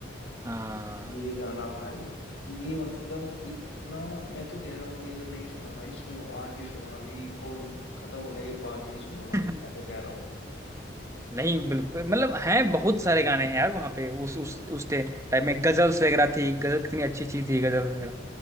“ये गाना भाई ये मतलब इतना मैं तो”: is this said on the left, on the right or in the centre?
Left